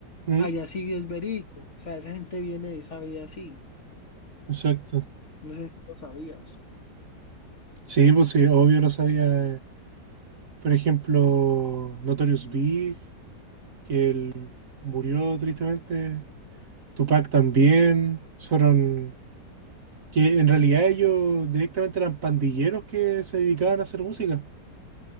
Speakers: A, on the right; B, on the left.
A: Mm,
B: Allá sí es verídico. O sea, esa gente viene de esa vida así.
A: Exacto.
B: No sé si lo sabías.
A: Sí, pues sí, obvio lo sabía. eh, Por ejemplo, Notorious Big, que él murió tristemente. Tupac también fueron, que en realidad ellos directamente eran pandilleros que se dedicaban a hacer música.